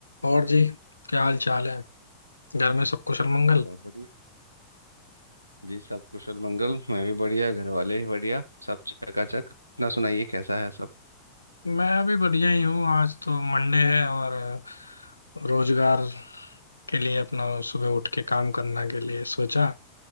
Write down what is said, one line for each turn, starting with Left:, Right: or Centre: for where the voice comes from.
Left: और जी क्या हाल चाल है घर में सब कुशल मंगल
Right: बहुत बढ़िया जी सब कुशल मंगल मैं भी बढ़िया घर वाले भी बढ़िया सब चकाचक अपना सुनाइए कैसा है सब
Left: मैं अभी बढ़िया ही हूँ आज तो मंडे है और अ, रोजगार के लिए अपना सुबह उठ के काम करने के लिए सोचा